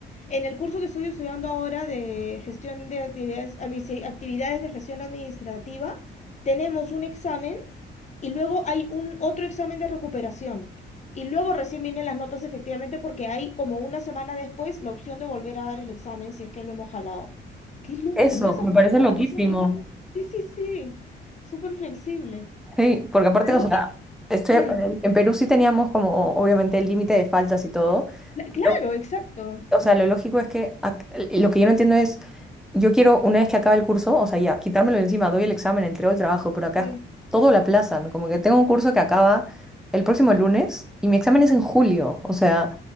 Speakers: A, on the left; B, in the centre.
A: en el curso que estoy estudiando ahora de gestión de actividades, administ- actividades de gestión administrativa, tenemos un examen y luego hay un otro examen de recuperación. Y luego recién vienen las notas efectivamente porque hay como una semana después la opción de volver a dar el examen si es que lo hemos jalado. Qué loco,
B: Eso,
A: ¿no? Esas
B: me
A: cosas
B: parece loquísimo.
A: para mí son también... Sí, sí, sí. Súper flexible.
B: Sí, porque aparte,
A: Pero luego...
B: o sea,
A: y-
B: estoy,
A: mm,
B: en Perú sí teníamos como obviamente el límite de faltas y todo,
A: la- claro,
B: pero,
A: exacto.
B: o sea, lo lógico es que ac- lo que yo no entiendo es... yo quiero, una vez que acabe el curso, o sea, ya, quitármelo de encima, doy el examen, entrego el trabajo, pero acá
A: Sí.
B: es como- todo lo aplazan. Como que tengo un curso que acaba el próximo lunes y mi examen es en julio. O sea,